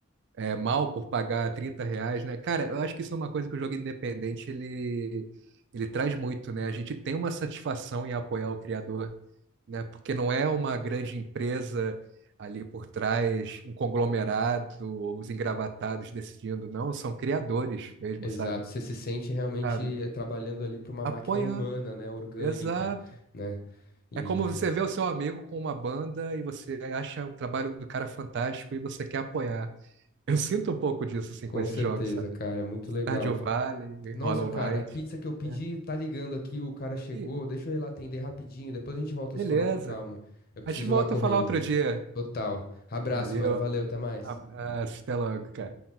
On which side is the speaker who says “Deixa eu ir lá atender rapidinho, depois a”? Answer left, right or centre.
Left